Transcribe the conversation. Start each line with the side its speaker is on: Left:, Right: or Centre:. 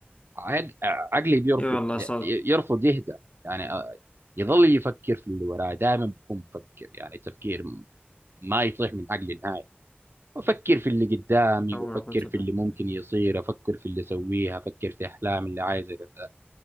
Right: عق- عقلي بيرفض
Left: إيه والله
Right: ي-
Left: صدق
Right: يرفض يهدى يعني آه، يظل يفكر في اللي وراه دائما بكون بفكر يعني تفكير م- ما يطيح من عقلي نهائي وافكر في اللي قدامي
Left: لا حول
Right: وافكر
Left: ولا قوة
Right: في
Left: إلا
Right: اللي ممكن
Left: بالله.
Right: يصير افكر في اللي اسويها افكر في احلام اللي عايزه كذا